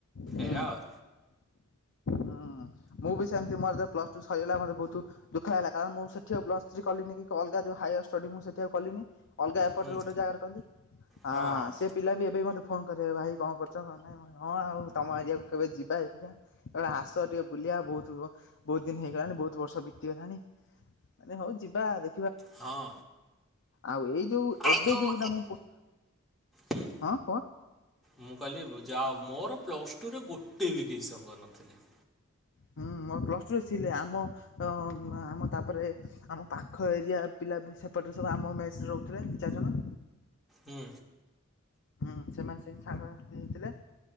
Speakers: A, on the left (about 60°); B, in the centre.
A: ହୁଁ
B: ଏୟା ଆଉ।
A: ହୁଁ ମୁଁ ବି ସେମିତି ମୋର ଯେତେ ବେଳେ ପ୍ଲସ ଟୁ ସରିଗଲା ମତେ ବୋହୁତ ଦୁଃଖ ଲାଗିଲା। କାରଣ ମୁଁ ସେଠୀ ଆଉ ପ୍ଲସ ଥ୍ରୀ କଲିନି କି ଅଲଗା ଯୋଉ ହାୟର ଷ୍ଟଡି ମୁଁ ସେଠୀ ଆଉ କଲିନି। ଅଲଗା ଏପଟରେ
B: ହୁଁ
A: ଗୋଟେ ଜାଗାରେ କଲି ଆ
B: ହଁ ହଁ
A: ସେ ପିଲା ବି ଏବେ ବି ମୋତେ ଫୋନ କରିବେ। ଭାଇ କଣ କରୁଚ କଣ ନାଇଁ? ହ ହଁ ଆଉ ତମ ଏରିଆକୁ କେବେ ଯିବା ଦେଖିବା। ଏ ଆସ ବୁଲିବା ବହୁତ ବ ବହୁତ ଦିନ ହେଇଗଲାଣି ବହୁତ ବର୍ଷ ବିତିଗଲାଣି ମୁନି ହଉ ଯିବା ଦେ
B: ହଁ।
A: ଆଉ ଏଇ ଯୋଉ
B: ଏଇ
A: ଏବେ
B: ଯୋଉ
A: ଯୋଉଟା
B: ଏ
A: ମୁଁ ପୋ
B: ହୁଁ
A: ହଁ କ?
B: ମୁଁ କହିଲି ଯା ଓଉ ମୋର ପ୍ଲସ ଟୁ ରେ ଗୋଟେ ବି କେହି ସାଙ୍ଗ ନଥିଲେ।
A: ହୁଁ ମୋର ପ୍ଲସ ଟୁରେ ଥିଲେ ଆମ ଅ ଆମ ତାପରେ ଆମ ପାଖ ଏରିଆ ପିଲା ବି ସେପଟେ ସବୁ ଆମ ମେ ସ ରେ ରହୁଥିଲେ ଦି ଚାରି ଜଣ।
B: ହୁଁ।
A: ହୁଁ ସେମାନେ ସେମିତି ସାଙ୍ଗ ହେଇଥିଲେ।